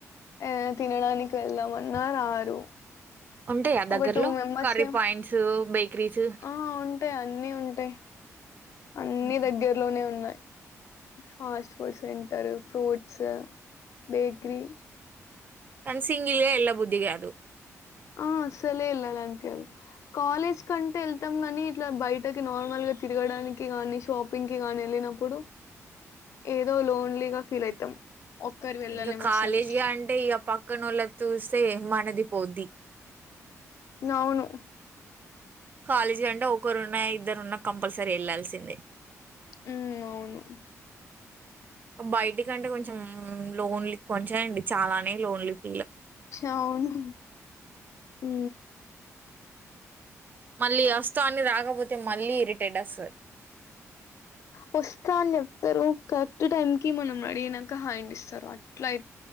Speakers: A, on the left; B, on the right.
A: ఏదన్నా తినడానికి వెళ్దామన్నా రారు.
B: ఉంటాయా దగ్గరలో
A: ఒక టూ మెంబర్స్
B: కర్రీ
A: ఏమో
B: పాయింట్స్ బేకరీస్
A: ఆ ఉంటాయి అన్నీ ఉంటాయి అన్ని
B: ఉమ్
A: దగ్గర్లోనే ఉన్నాయి ఫాస్ట్ ఫుడ్ సెంటర్ ఫ్రూట్ స బేకరి
B: కానీ సింగిల్ గా వెళ్ళ బుద్ధి కాదు
A: ఆ అస్సలే వెళ్ళాలనిపీయదు. కాలేజ్ కంటే వెళ్తాం గానీ ఇట్లా బయటకి నార్మల్గా తిరగడానికి గానీ షాపింగ్ కి గాని వెళ్ళినప్పుడు ఏదో లోన్లీగా ఫీల్ అయితాం. ఒక్కరు వెళ్ళలేం
B: ఇంక కాలేజీగా
A: అసలు
B: అంటే ఇక పక్కనోళ్లది చూస్తే మనది పోద్ది
A: అవును
B: కాలేజ్ కంటే ఒకరున్నా ఇద్దరున్న కంపల్సరీ వెళ్లాాల్సిందే
A: ఉ అవును
B: బయటికంటే కొంచెం లోన్లీ కొంచెమేంది చాలానే లోన్లీ ఫీ
A: అవును ఉ
B: మళ్ళీ వస్త అని రాకపోతే మళ్ళీ ఇరిటేట్ వస్తది
A: వస్తా అని చెప్తరు కరెక్ట్ టైం కి మనం రెడీ అయినాక హాండ్ ఇస్తారు అట్ల అ